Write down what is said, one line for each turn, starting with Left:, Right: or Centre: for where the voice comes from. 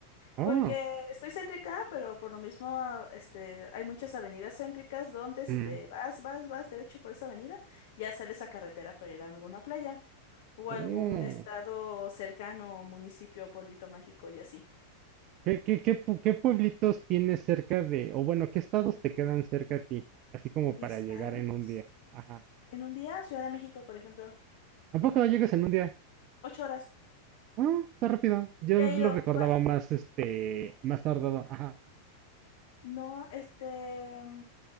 Right: Oh,
Left: Porque estoy céntrica, pero por lo mismo, este, hay muchas avenidas céntricas donde si
Right: mm,
Left: te vas, vas, vas derecho por esa avenida, ya sales a carretera para ir a alguna playa o algún
Right: oh.
Left: estado cercano, municipio, pueblito mágico y así.
Right: ¿Qué, qué, qué, pu- qué pueblitos tienes cerca de, o bueno, qué estados te quedan cerca a ti? Así como
Left: ¿Estados?
Right: para llegar en un día. Ajá.
Left: En un día, Ciudad de México, por ejemplo,
Right: ¿A poco no llegas en un día?
Left: ocho horas.
Right: Ah, está rápido. Yo
Left: Ya
Right: lo
Left: he ido.
Right: recordaba
Left: Cua-
Right: más, este, más tardado. Ajá.
Left: No, este, de